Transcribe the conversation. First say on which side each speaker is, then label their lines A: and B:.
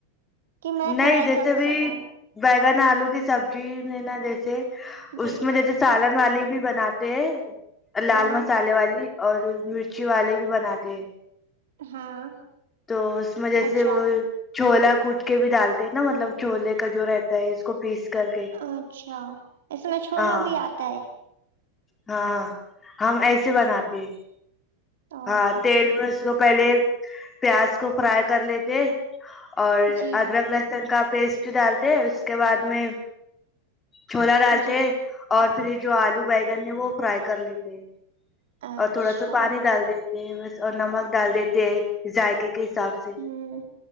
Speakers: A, on the right; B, on the left.
A: کہ میں
B: نہیں
A: ٹرائی
B: جیسے
A: کر
B: بھی
A: سکوں
B: بیگن آلو کی سبزی نہا جیسے
A: جی
B: اس میں
A: جی
B: جیسے سالن والی بھی بھی بناتے ہیں لال
A: ہاں
B: مسالے والی اور مرچی والے بھی بناتے ہیں
A: ہاں
B: تو اس میں جیسے
A: اچھا
B: وہ چھولا گٹ کے بھی ڈالتے ہیں نا مطلب چھوولے کا جو رہتا ہے اس کو پیس کر کے
A: اچھا اس میں چھولا
B: ہاں
A: بھی آتا ہے
B: ہاں ہم ایسے
A: اچھا
B: بناتے ہیں
A: او
B: ہاں تل م اس کو پہلے پیاز کو فرائی کر لیتے اور
A: جی
B: ادرک لہسن کا پیسٹ ڈالتے ہیں اس کے بعد میں چھولا ڈالتے
A: جی
B: اور پھر یہ جو آلو بیگن ہے وہ فرائی کر لیتےے
A: اچھا
B: اور تھوڑا سا پانی ڈال د بس اور نمک ڈال دیتے جائ کے حساب سے
A: ہوں